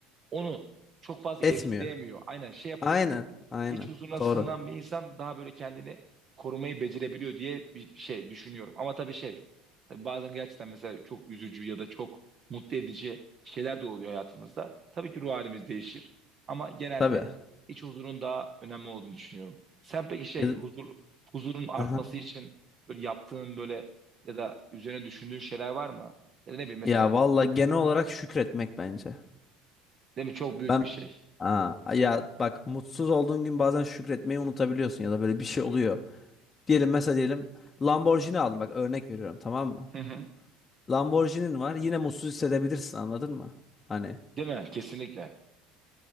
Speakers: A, on the right; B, on the left.
A: onu çok fazla
B: Etmiyor.
A: etkileyemiyor. Aynen şey yapıyor.
B: Aynen. Aynen.
A: İç huzuruna
B: Doğru.
A: sığınan bir insan daha böyle kendini korumayı becerebiliyor diye bir bir şey düşünüyorum. Ama tabii şey, tabii bazen gerçekten mesela çok üzücü ya da çok mutlu edici şeyler de oluyor hayatımızda. Tabii ki ruh halimiz değişir ama genelde
B: Tabii.
A: iç huzurun daha önemli olduğunu düşünüyorum. Sen peki şey
B: Ya,
A: huzur, huzurun artması
B: aha.
A: için böyle yaptığın böyle ya da üzerine düşündüğün şeyler var mı? Ya da ne bileyim mesela
B: Ya vallahi genel olarak şükretmek bence.
A: değil mi çok büyük
B: Ben
A: bir şey.
B: Aa, ya bak mutsuz olduğun gün bazen şükretmeyi unutabiliyorsun ya da böyle bir şey oluyor. Diyelim mesela diyelim Lamborghini aldım bak örnek veriyorum tamam mı?
A: Hı hı.
B: Lamborghini'nin var yine mutsuz hissedebilirsin anladın mı? Hani
A: Değil mi? Kesinlikle.